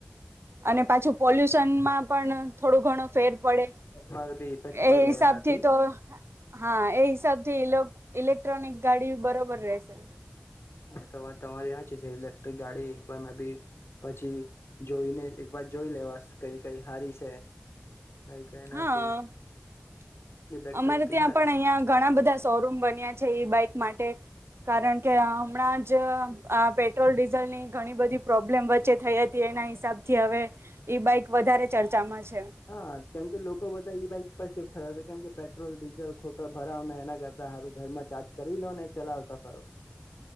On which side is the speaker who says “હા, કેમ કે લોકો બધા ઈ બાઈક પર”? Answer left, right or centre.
Left